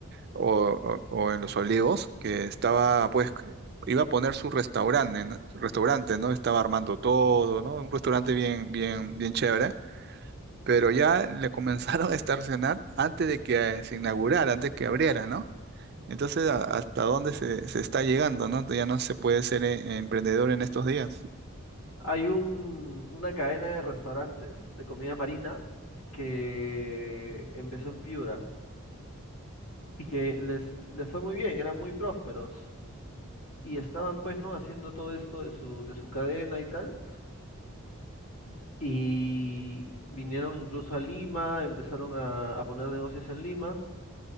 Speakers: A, on the right (about 45°); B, on the left (about 85°).
A: o, o- o en Los Olivos, que estaba, pues, iba a poner su restaurante, ¿no? Restaurante, ¿no? Estaba armando todo, ¿no? Un restaurante bien, bien, bien chévere. Pero ya le comenzaron a estacionar antes de que se inaugurara, antes que abriera, ¿no? Entonces, a- ¿hasta dónde se, se está llegando, no? Ya no se puede ser eh, emprendedor en estos días.
B: Hay un, una cadena de restaurantes de comida marina que empezó en Piura y que les, les fue muy bien, eran muy prósperos. y estaban pues, ¿no? Haciendo todo esto de su, de su cadena y tal. Y vinieron incluso a Lima, empezaron a, a poner negocios en Lima.